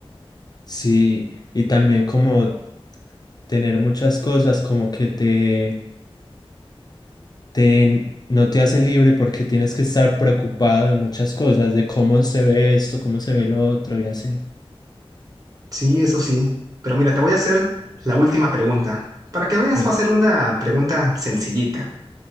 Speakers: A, on the left; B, on the right.
A: Sí, y también como tener muchas cosas como que te te, no te hace libre porque tienes que estar preocupado de muchas cosas, de cómo se ve esto, cómo se ve lo otro y así.
B: Sí, eso sí. Pero mira, te voy a hacer la última pregunta. Para que veas,
A: Pero,
B: va a ser una pregunta sencillita.